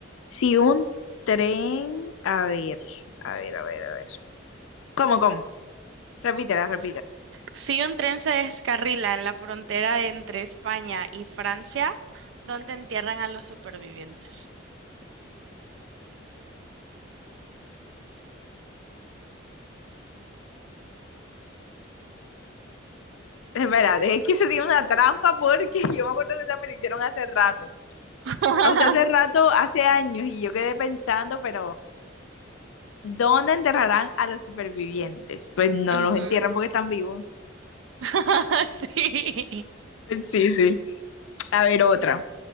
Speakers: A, on the left; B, on the right.
A: Si un tren, a ver, a ver, a ver, a ver. ¿Cómo, cómo? Repítela, repítela.
B: Si un tren se descarrila en la frontera de entre España y Francia, ¿dónde entierran a los supervivientes?
A: <laughs> Espérate, es que se tiene una trampa porque <laughs> yo me acuerdo que esa me la hicieron hace rato.
B: <laughs>
A: O sea, hace rato, hace años, y yo quedé pensando, pero ¿dónde enterrarán a los supervivientes? Pues no
B: Ujú.
A: los entierran porque están vivos.
B: <laughs> Sí.
A: Sí, sí. A ver, otra.